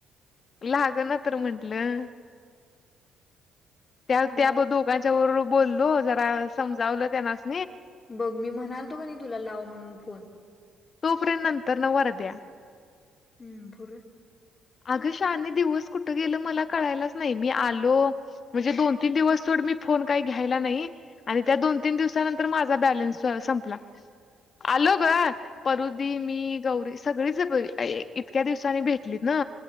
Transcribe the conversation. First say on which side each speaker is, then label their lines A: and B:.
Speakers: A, on the left; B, on the left.
A: लागना तर म्हंटलं- त्या त्या
B: मग
A: दोघांच्या बरोबर बोललो. जरा समजावलं त्यानास-
B: बघ मी म्हणालतो की नाही तुला? लाव म्हणून फोन.
A: तोपर्यंत नंतर न वरद्या.
B: हुं.. पुढं?
A: अग शाने दिवस कुठ गेलं मला कळायलाच नाही मी आलो म्हणजे दोन तीन दिवस सोड मी फोन काही घ्यायला नाही आणि त्या दोन तीन दिवसानंतर माझा बॅलन्स संपला. आलो ग परुधी, मी, गौरी सगळीच बाई इतक्या दिवसांनी भेटलीत ना